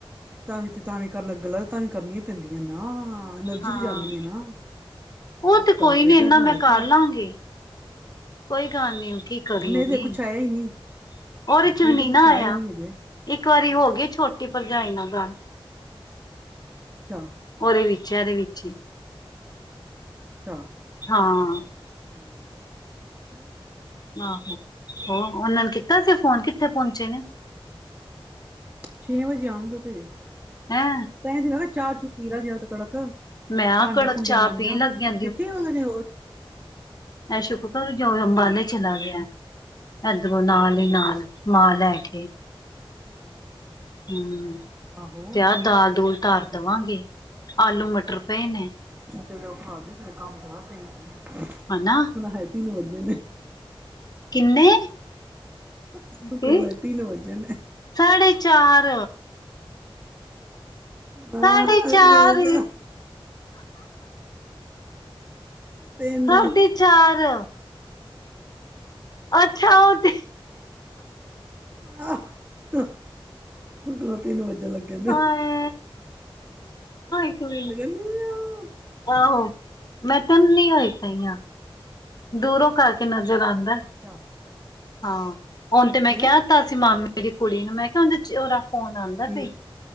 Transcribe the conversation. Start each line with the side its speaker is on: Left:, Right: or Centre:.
Right: ਤ ਵੀ ਤੇ ਤਾ ਵੀ ਕਰਨਾ ਗੱਲਾਂ ਤਾ ਵੀ ਕਰਨੀਆਂ ਪੈਂਦੀਆਂ ਨਾ, ਐਨਰਜੀ
Left: ਹਾਂ
Right: ਤੇ ਜਾਂਦੀਆਂ ਨਾ।
Left: ਉਹ
Right: ਫੋਨ
Left: ਤੇ
Right: ਕਰਕੇ
Left: ਕੋਈ ਨੀ
Right: ਜਾ
Left: ਇਨਾ
Right: ਬਣਾ
Left: ਮੈਂ
Right: ਲੈ ਚਾਹ
Left: ਕਰ ਲਾਂਗੀ। ਕੋਈ ਗੱਲ ਨੀ ਕੀ ਕਰੀਐ,
Right: ਮੇਰੇ ਤੇ
Left: ੳਹ
Right: ਕੁਛ ਆਇਆ ਹੀ ਨਹੀਂ
Left: ਦੇ 'ਚ
Right: ਮੇਰੇ
Left: ਨੀ
Right: ਤੇ ਕੁਛ
Left: ਨਾ ਆਇਆ
Right: ਹੀ ਨਹੀਂ ਹਜੇ।
Left: ਇੱਕ ਵਾਰੀ ਹੋਗੀ ਛੋਟੀ ਭਰਜਾਈ
Right: ਹਾਂ,
Left: ਨਾਲ ਗੱਲ
Right: ਅੱਛਾ
Left: ਉਹਦੇ ਵਿੱਚ, ਇਹਦੇ
Right: ਹਾਂ,
Left: ਵਿੱਚ ਹੀ
Right: ਅੱਛਾ-
Left: ਹਾਂ
Right: ਹਾਂ ਅੱਛਾ
Left: ਆਹੋ ਹੋ, ਉਹਨਾਂ ਨੇ ਕੀਤਾ ਸੀ ਫੋਨ ਕਿੱਥੇ ਪਹੁੰਚੇ ਨੇ?
Right: ਛੇ ਵਜੇ ਆਉਣ ਗੇ ੳਹ ਤੇ, ਤ
Left: ਹੈਂ
Right: ਦਿ ਮ ਕਿਹਾ ਚਾਹ ਚੁ ਪੀ ਲਾ ਤੇ ਕੜਕ
Left: ਮੈਂ ਆ
Right: ਭਾਂਡੇ
Left: ਕੜਕ
Right: ਭੂੰਡੇ
Left: ਚਾਹ
Right: ਮਾਂਜਾਂ,
Left: ਪੀਣ ਲੱਗਿਆ
Right: ਦੇਖੇ ਉਹਦੇ ਦੇ
Left: ਐ ਸ਼ੁਕਰ ਜੋ ਅੰਬਾਲੇ ਚਲਾ ਗਿਆ ਇਧਰੋਂ ਨਾਲ ਹੀ ਨਾਲ ਮਾਲ ਲੈ ਕੇ
Right: ਹਾਂ
Left: ਹਮ
Right: ਆਹੋ
Left: ਆਹ ਦਾਲ ਦੁਲ ਤਰ ਦੇਵਾਂਗੇ, ਆਲੂ ਮਟਰ ਪਏ ਨੇ
Right: ੱਛਾ ਤੇ ਉਹ ਖਾ ਦੇ ਤੇਰੇ ਕੰਮ ਖਾ ਤੇਈ ਚੀ
Left: ਹਨਾ।
Right: ਸੁੱਕਣਾ ਹੈ, ਤਿੰਨ ਵੱਜੇ ਨੇ
Left: ਕਿੰਨੇ?
Right: ਸੁਖ
Left: ਕੀ
Right: ਨਾਲ ਤਿੰਨ ਵੱਜੇ ਨੇ
Left: ਸਾਢੇ ਚਾਰ
Right: ਨਾ
Left: ਸਾਡੇ ਚਾਰ
Right: ਤਿੰਨ
Left: ਸਾਢੇ ਚਾਰ ਅੱਛਾ, ਉਹ ਤੇ
Right: ਆਲ, ਦੋ- ਤਿੰਨ ਵੱਜਣ ਲੱਗੇ ਨੇ
Left: ਆ ਆਈ ਤ ਮ <unintelligible>
Right: ਤੇ ਕਹਿੰਦੀ ਹਾਂ
Left: ਆਹੋ, ਮੈਂ ਤੈਨ ਨੀ ਹੋਈ ਪਈ ਹਾਂ ਦੂਰੋਂ ਕਰਕੇ ਨਜ਼ਰ ਆਉਂਦਾ,
Right: ਅੱਛਾ
Left: ਹਾਂ ਹੁਣ ਤੇ ਮੈਂ
Right: ਹੈਂ
Left: ਕਹਿ ਤਾ ਅ ਮਾਮੇ ਦੀ ਕੁੜੀ ਨੂੰ ਮੈਂ ਕਿਹਾ, ਉਹਦੇ, ਉਹਦਾ ਫੋਨ ਆਉਂਦਾ
Right: ਕੀ
Left: ਪਈ,